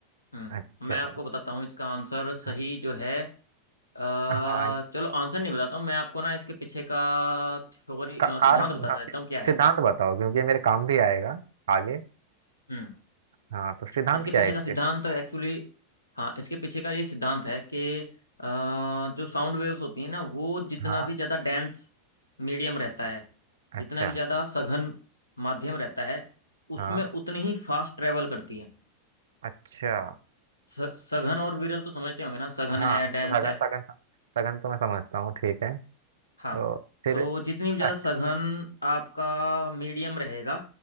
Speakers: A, on the left (about 80°); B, on the right (about 60°).
A: हम्म
B: अच्छा
A: मैं आपको बताता हूँ इसका आंसर सही
B: हाँ
A: जो है अ,
B: हाँ
A: चलो आंसर नहीं बताता हूँ मैं आपको ना इसके पीछे का थ्योरी
B: का,
A: अ,
B: कारण
A: सिद्धांत बता
B: हाँ
A: देता हूँ क्या है
B: सिद्धांत बताओ क्योंकि ये मेरे काम भी आएगा आगे
A: हम्म
B: हाँ तो सिद्धांत
A: इसके
B: क्या
A: पीछे
B: है इसके
A: का सिद्धांत एक्चुअली हाँ इसके पीछे का ये सिद्धांत है कि अ, जो साउंड वेव्स होती हैं ना वो जितना
B: हाँ
A: भी ज़्यादा डेंस मीडियम रहता है जितना
B: अच्छा
A: भी ज़्यादा सघन माध्यम रहता है
B: हाँ
A: उसमें उतनी ही फास्ट ट्रेवल करती है
B: अच्छा
A: स- सघन और विरल तो समझते होंगे ना सघन
B: हाँ
A: है डेंस
B: तो सगन
A: है
B: सगन सगन तो मैं समझता हूँ ठीक है
A: हाँ
B: तो फिर
A: तो जितनी भी ज़्यादा
B: अच्छ-
A: सघन आपका मीडियम रहेगा